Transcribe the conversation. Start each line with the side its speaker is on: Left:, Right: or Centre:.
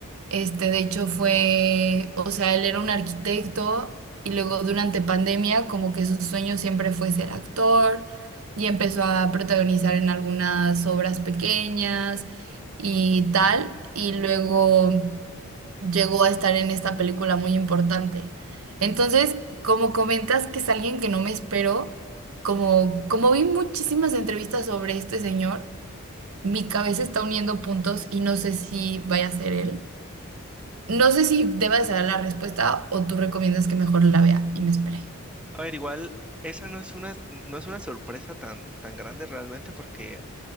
Right: este, de hecho, fue, o sea, él era un arquitecto y luego durante pandemia como que su sueño siempre fue ser actor y empezó a protagonizar en algunas obras pequeñas y tal. Y luego llegó a estar en esta película muy importante. Entonces, como comentas que es alguien que no me espero, como, como vi muchísimas entrevistas sobre este señor, mi cabeza está uniendo puntos y no sé si vaya a ser él. No sé si deba de saber la respuesta o tú recomiendas que mejor la vea y me espere.
Centre: A ver, igual, esa no es una, no es una sorpresa tan, tan grande realmente porque